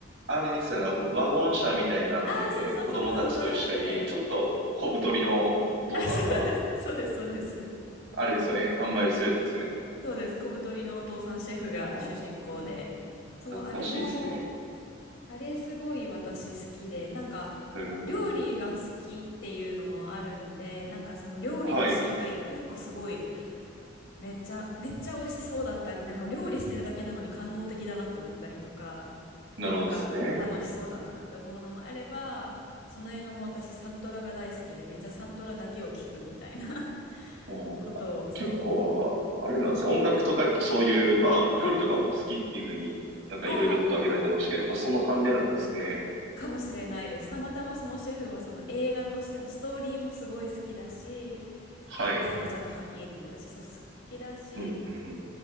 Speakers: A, on the right; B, on the left.
A: あれですよね。ワゴン車みたいなんで、
B: ああー、そうそうそう、
A: 子供たちと一緒に、
B: フードトラックで。
A: ちょっと小太りのお父さんが、
B: あ、そうです、そうです、そうです。
A: あれですよね。販売するやつですよね。
B: そうです。小太りのお父さんシェフが主人公で。
A: ああ、な、
B: そう、
A: 懐かしいですね。
B: あれも、あれすごい私好きで、なんか
A: うーん。
B: 料理が好きっていうのもあるんで、なんかその料理のシーンが一個一個すごい、
A: はい。
B: めっちゃ、めっちゃ美味しそうだったり、なんか料理してるだけなのに官能的だなって思ったりとか、
A: なるほどですね。
B: なんか楽しそうだなって思うのもあれば、その映画も私サントラが大好きで、めっちゃサントラだけを聞くみたいな
A: お、
B: <laughs> ことを、そう。
A: 結構、あれなんですね音楽とかやっぱそういう、まあ、料理とかも好きっていうふうになんかいろいろと挙げられてましたけど、
B: あー
A: やっぱその関連なんですね。
B: かもしれないです。たまたまそのシェフはその映画としてのストーリーもすごい好きだし、
A: はい。
B: なんか最後ちゃんとハッピーエンディングだし、そう好きだし、
A: うん、うん。